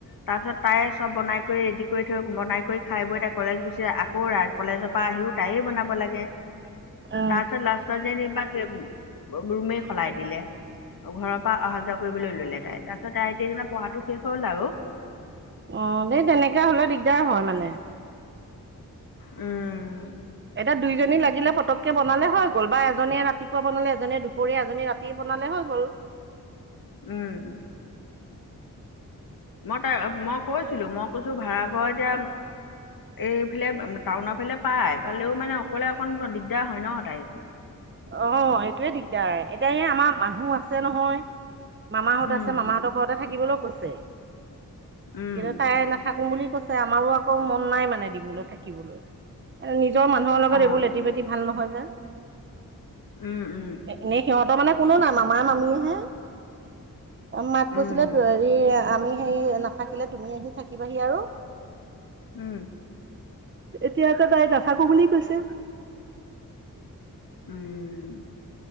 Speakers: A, on the left (about 80°); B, on the right (about 35°).
A: তাৰ পিছত তাইয়ে চব বনাই কৰি ৰে'ডি কৰি থৈ, বনাই কৰি খাই বৈ তাই ক কলেজ গুচি যায়, আকৌ কলেজৰ পৰা আহিও তাইয়েই বনাব লাগে
B: অ
A: তাৰপিছত লাষ্টত যেনিবা সেই ৰুমেই সলাই দিলে, ঘৰৰ পৰা অহা যোৱা কৰিবলৈ ল'লে তাই, তাৰ তাৰ এতিয়া যেনিবা পঢ়াটো শেষ হ'ল আৰু।
B: অ', সেই তেনেকুৱা হলে দিগদাৰ হয় মানে।
A: উম
B: এতিয়া দুইজনী লাগিলে পটককে বনালে হৈ গ'ল, বা এজনীয়ে ৰাতিপুৱা বনালে, এজনীয়ে দুপৰীয়া, এজনীয়ে ৰাতি বনালে বনালে হৈ গ'ল।
A: উম। মই তাই -মই তাইক কৈছিলো, মই কৈছো ভাড়া ঘৰ এতিয়া এইফালে, টাউনৰ ফালে পাই। পালেও মানে অকলে অকণ দিগদাৰ হয় ন' তাইৰ।
B: অ', সেইটোয়ে দিগদাৰ, এতিয়া এই আমাৰ মানুহ আছে নহয়। মামাহঁত
A: উম
B: আছে মামাহঁতৰ ঘৰতে থাকিবলৈও কৈছে,
A: উম
B: কিন্তু তাই নাথাকো বুলি কৈছে আমাৰো আকৌ মন নাই মানে দিবলৈ, থাকিবলৈ। নিজৰ মানুহৰ লগত
A: অ
B: এইবোৰ লেটি-পেটি ভাল নহয় যে।
A: উম উম
B: এনেই সিহঁতৰ মানে কোনো নাই, মামা মামীহে। মাক
A: উম
B: কৈছিলে, হেৰি আমি হেৰি নাথাকিলে তুমি আহি থাকিবাহি আৰু।
A: উম।
B: এতিয়া আকৌ তাই নাথাকো বুলি কৈছে।
A: উম,